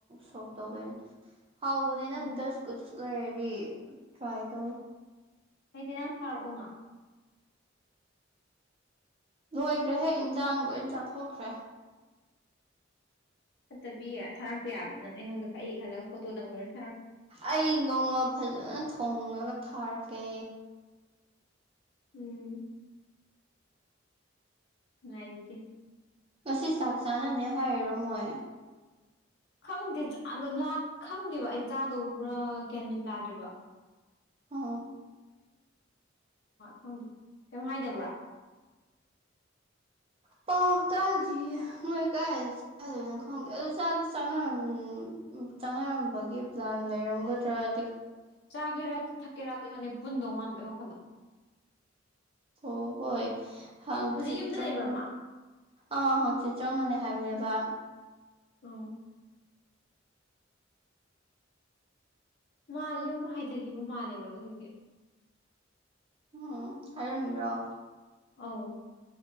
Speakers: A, on the right; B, on the left.
A: ꯁꯗꯣꯏꯅꯦ <unintelligible> ꯍꯥꯎꯕꯅꯦ ꯅꯪ
B: ꯎꯝ
A: ꯗꯁ ꯀꯨꯠ ꯂꯩꯔꯗꯤ ꯇ꯭ꯔꯥꯏ ꯇꯧ
B: ꯑꯩꯗꯤ ꯅꯍꯥꯟ ꯊꯥꯔꯛꯑꯣꯅ
A: ꯂꯣꯏꯈ꯭ꯔꯦ ꯍꯦꯛ ꯏꯟꯁꯥꯡ ꯂꯣꯏ ꯆꯥꯊꯣꯛꯈ꯭ꯔꯦ
B: ꯐꯠꯇꯕꯤꯌꯦ ꯊꯥꯔꯛꯄ ꯌꯥꯕꯅꯤꯅꯪ ꯑꯩꯉꯣꯟꯗ ꯀꯛꯏ ꯈꯜꯂꯒ ꯐꯣꯇꯣꯗꯪꯉꯔꯁꯤ
A: ꯑꯩ ꯅꯣꯡꯃ ꯐꯖꯅ ꯊꯣꯡꯉꯒ ꯊꯥꯔꯛꯀꯦ
B: ꯎꯝ ꯉꯒꯤꯒꯦ
A: ꯉꯁꯤ ꯆꯥꯛ ꯆꯥꯅꯅꯦ ꯍꯥꯏꯔꯝꯃꯣꯏ
B: ꯈꯪꯗꯦ ꯆꯥ ꯈꯪꯗꯦꯕ ꯑꯩ ꯆꯥꯗꯧꯕ꯭ꯔꯥ ꯒ꯭ꯟꯃꯤꯟ ꯇꯥꯗ꯭ꯔꯤꯕ
A: ꯑ
B: ꯈꯪꯗꯦ ꯀꯩꯝ ꯍꯥꯏꯗꯕ꯭ꯔꯥ <unintelligible>
A: ꯄꯥꯎ ꯇꯥꯗꯤ ꯃꯣꯏ ꯀꯥꯏꯗ ꯆꯥꯗꯣꯏꯅꯣ ꯈꯪꯗꯦ ꯑꯗꯣ ꯆꯥꯗꯤ ꯆꯥꯅꯔꯝ ꯆꯪꯅꯔꯝꯕꯒꯤ ꯄ꯭ꯂꯥꯟ ꯂꯩꯔꯝꯒꯗ꯭ꯔꯥ ꯑ
B: ꯆꯥꯒꯦꯔꯥ ꯊꯛꯀꯦꯔꯥ ꯍꯧꯖꯤꯛ ꯄꯨꯟꯗꯧ ꯃꯥꯟꯕꯒꯤ ꯋꯥꯈꯜꯗ
A: ꯑꯣ ꯍꯣꯏ ꯍꯪ
B: ꯍꯧꯖꯤꯛ
A: ꯆꯤꯠ
B: ꯌꯨꯝꯗ
A: ꯆꯪ
B: ꯂꯩꯕ꯭ꯔꯥ ꯃꯥ
A: ꯑꯥ ꯍꯪꯆꯤꯠ ꯆꯪꯒꯅꯤ ꯍꯥꯏꯕꯅꯦꯕ
B: ꯑꯣ ꯃꯥ ꯌꯨꯝ ꯍꯥꯏꯊꯈꯤꯕ ꯃꯥꯜꯂꯦꯕ ꯑꯗꯨꯗꯨꯒꯤ
A: ꯎꯝ ꯍꯥꯏꯔꯝꯃꯤꯔꯣ
B: ꯑꯥꯎ